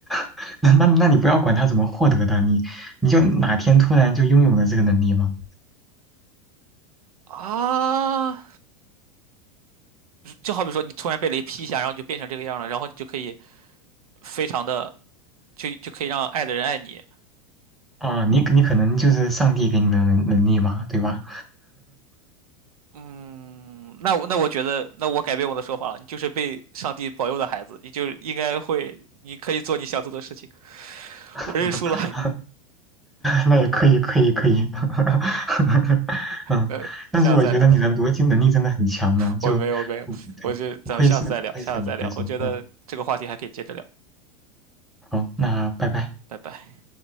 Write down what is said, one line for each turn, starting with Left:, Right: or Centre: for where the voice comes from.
Centre: <laughs> 那那那你不要管他怎么获得的，你你就哪天突然就拥有了这个能力吗？
Right: 啊，就好比说你突然被雷劈一下，然后你就变成这个样了，然后你就可以非常的就就可以让爱的人爱你。
Centre: 啊，你你可能就是上帝给你的能能力嘛，对吧？
Right: 嗯，那我那我觉得，那我改变我的说法了，你就是被上帝保佑的孩子，你就应该会，你可以做你想做的事情。
Centre: <laughs>
Right: 我认输了，
Centre: 那也可以，可以，可以。<laughs>
Right: <laughs>
Centre: 嗯，
Right: 那下次再聊。
Centre: 但是我觉得你的逻辑能力真的很强呢，
Right: 我没有没有，
Centre: 就不不对不愧是不愧是理科生。
Right: 我就咱们下次再聊，下次再聊。我觉得这个话题还可以接着聊，
Centre: 嗯，好，那拜拜。
Right: 拜拜。